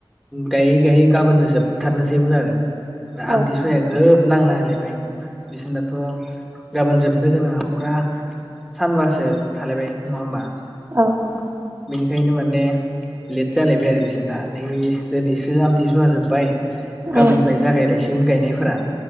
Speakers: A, in the centre; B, on the right.
A: गायै गायै गाबोननो जोबथारनोसैमोन आरो। दा आमथिसु
B: औ
A: ग्रोब नांना होलायबाय बिसोरनाथ' गाबोन जोबनो गोनाङा फुरा सानबासो थालायबाय नङा होमबा?
B: औ नंगौ।
A: बेनिखायनो माने लेट जालायबाय आरो बिसोरना नै दिनैसो आमथिसुवा जोब्बाय गाबोननिफाय
B: उम
A: जागायलायसिगोन गायनायफोरा।